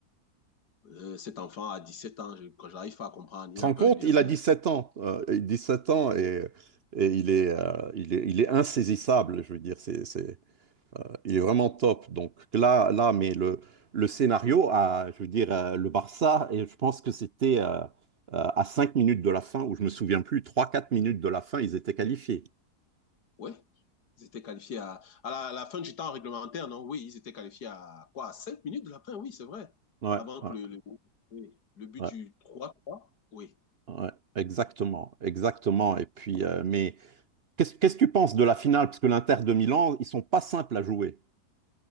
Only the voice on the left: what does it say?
euh, cet enfant à 17 ans, je- quand j'arrive pas à comprendre,
il n'a
peur
de
rien.
Ouais, ils étaient qualifiés à, à la, à la fin du temps réglementaire, non? Oui, ils étaient qualifiés à quoi? À 5 minutes de la fin, oui, c'est vrai.
Avant
que le, le, oui, le but
du trois trois, oui.